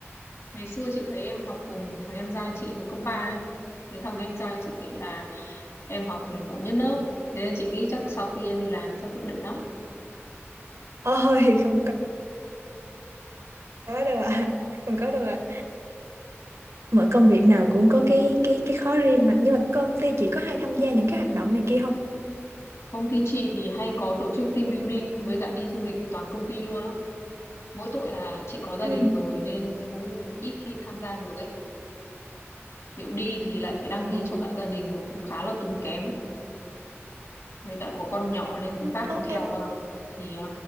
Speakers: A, on the left (about 70°); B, on the right (about 85°).
A: Ngày xưa chị thấy em học cùng thằng em trai chị hồi cấp 3 ấy. Thấy thằng em trai chị kể là em học giỏi nhất lớp. Thế nên chị nghĩ chắc sau khi em đi làm chắc cũng định lắm.
B: ôi <laughs> không có có đâu ạ không có đâu ạ mọi công việc nào cũng có cái cái cái khó riêng mà nhưng mà công ty chị có hay tham gia những cái hoạt động này kia không
A: Công ty chị thì hay có tổ chức team building với cả đi du lịch toàn công ty luôn á. Mỗi tội là chị có gia
B: Ừ.
A: đình rồi nên cũng ít khi tham gia được ấy. Kiểu đi thì lại phải đăng
B: Ồ.
A: ký cho cả gia đình mà cũng khá là tốn kém. với cả có con nhỏ nên
B: Ừ,
A: vác nó
B: Ô,
A: theo
B: em
A: à, thì à,